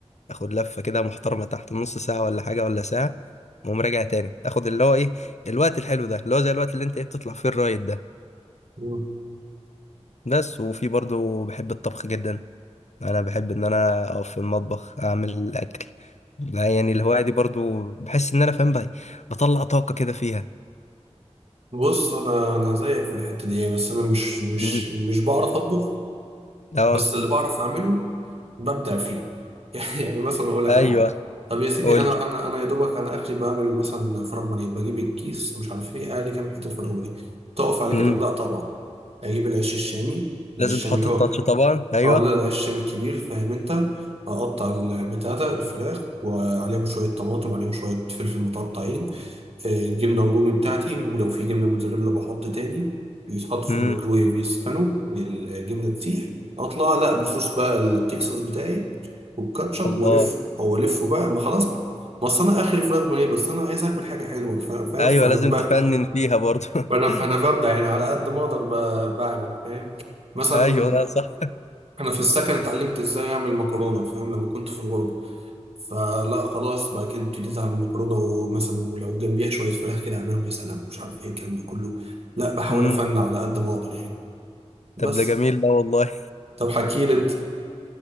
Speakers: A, on the left (about 75°); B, on the right (about 60°).
A: اخد لفة كده محترمة تحت نص ساعة ولا حاجة ولا ساعة واقوم راجع تاني اخد اللي هو ايه الوقت الحلو ده اللي هو زي الوقت اللي انت ايه بتطلع فيه الرايد ده
B: مم.
A: بس وفي برضو بحب الطبخ جدا انا بحب ان انا اقف في المطبخ اعمل الاكل لا يعني الهواية دي برضو بحس ان انا فاهم بقى بطلع طاقة كده فيها
B: بص انا انا زيك في الحتة دي بس انا مش مش
A: مم.
B: مش بعرف اطبخ
A: اه
B: بس اللي بعرف اعمله ببدع فيه <laughs> يعني مثلا اقول لك
A: ايوه
B: على حاجه طب يا سيدي
A: قول
B: انا انا انا يا دوبك انا اخري بعمل مثلا فراخ بانيه بجيب الكيس مش عارف ايه اقلي كام حته فراخ بانيه تقف على
A: مم.
B: كده لا طبعا اجيب العيش الشامي العيش
A: لازم
B: الشامي
A: تحط
B: اللي هو
A: التاتش طبعا ايوه
B: اه لا العيش الشامي الكبير فاهم انت اقطع البتاع ده الفراخ وعليهم شويه طماطم عليهم شويه فلفل متقطعين آه، الجبنه الرومي بتاعتي ولو في جبنه موتزاريلا بحط تاني يتحط في
A: امم
B: الميكرويف يسخنوا الجبنه تسيح اطلع لا بصوص بقى التكساس بتاعي والكاتشب
A: الله
B: والفه او الفه بقى ما خلاص ما اصل انا اخري فراخ بانيه بس انا عايز اكل حاجه حلوه فا- فاهم
A: ايوه
B: فانا
A: لازم
B: ب-
A: تفنن فيها برضو
B: فانا
A: <laughs>
B: فانا ببدع يعني على قد ما اقدر ب- بعمل فاهم مثلا
A: ايوه لا صح
B: انا في السكن اتعلمت ازاي اعمل مكرونه فاهم لما كنت في الغربه فلا خلاص بعد كده ابتديت اعمل مكرونه ومثلا ولو جنبيها شويه فراخ كده اعملهم يا سلام مش عارف ايه الكلام ده كله لا بحاول
A: امم
B: افنن على قد ما اقدر يعني بس
A: طب ده جميل ده والله
B: طب حكي لي انت